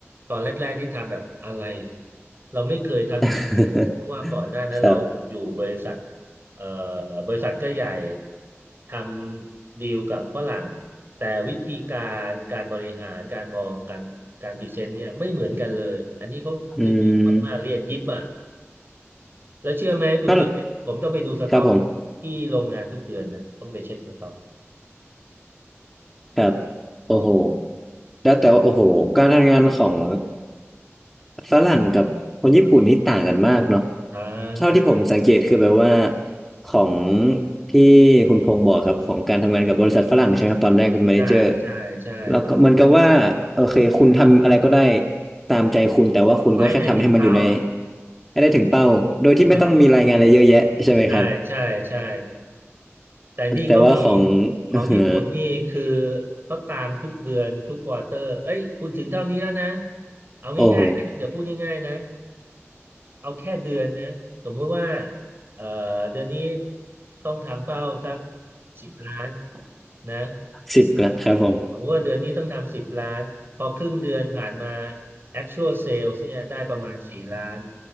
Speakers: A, on the right (about 50°); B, in the centre.
A: ตอนแรกๆที่ทำแบบอะไร เราไม่เคยทำอย่างนี้มาก่อนเพราะว่าก่อนหน้านั้นเราอยู่บริษัท
B: <laughs> ครับ
A: เอ่อบริษัทก็ใหญ่ทำดีลกับฝรั่งแต่วิธีการการบริหารการมองการการพรีเซนต์เนี่ยไม่เหมือนกันเลยอันนี้เขาละเอียดมากๆละเอียดยิบอ่ะ
B: อืม
A: แล้วเชื่อไหมคุณเจผมต้องไปดูสต็อก
B: ก็ครับผม
A: ที่โรงงานทุกเดือนนะต้องไปเช็คสต็อก
B: ครับโอ้โห
A: อืม
B: แล้วแต่ว่าโอ้โหการทำงานของฝรั่งกับคนญี่ปุ่นนี่ต่างกันมากเนาะ
A: ทางต่าง
B: เท่าที่ผมสังเกตคือแบบว่าของที่คุณพงษ์บอกครับของการทำงานกับบริษัทฝรั่งใช่ไหมครับตอนแรกเป็นแมเนเจอร์
A: ใช่ใช่ใช่
B: แล้วก็เหมือนกับว่าโอเคคุณทำอะไรก็ได้ตามใจคุณแต่ว่าคุณก็แค่ทำให้มันอยู่ใน
A: ไม่ให้ได้ถึงเป้าอ่ะ
B: ให้ได้ถึงเป้าโดยที่ไม่ต้องมีรายงานอะไรเยอะแยะใช่ไหมครับ
A: อ่าใช่ใช่ใช่ แต่นี่ก็มี
B: แต่ว่าของ <laughs>
A: ของญี่ปุ่นนี่คือ
B: เออ
A: เขาตามทุกเดือนทุกควอเตอร์เอ้ยคุณถึงเท่านี้แล้วนะ เอาง่ายๆนะเดี๋ยวพูดง่ายๆนะ
B: โอ้โห
A: เอาแค่เดือนนะสมมุติว่าเอ่อเดือนนี้ต้องทำเป้าสักสิบล้านนะ
B: สิบละครับผม
A: สมมติว่าเดือนนี้ต้องทำสิบล้านพอครึ่งเดือนผ่านมา actual sales เนี่ยได้ประมาณสี่ล้าน